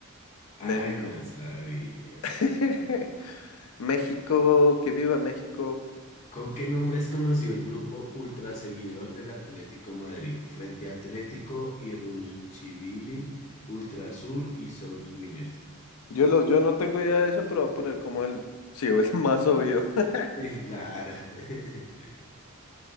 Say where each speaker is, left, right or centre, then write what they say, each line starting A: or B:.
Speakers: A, on the left; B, on the left.
A: Ay,
B: México.
A: no sabía.
B: <laughs> México, que viva México.
A: ¿Con qué nombre es conocido el grupo ultra seguidor del Atlético Madrid? Frente Atlético y Ruchibili, Ultrasur y South Winners.
B: Yo, lo, yo no tengo idea de eso, pero voy a poner como el, sí, o el más obvio. <laughs>
A: Sí, claro. <laughs>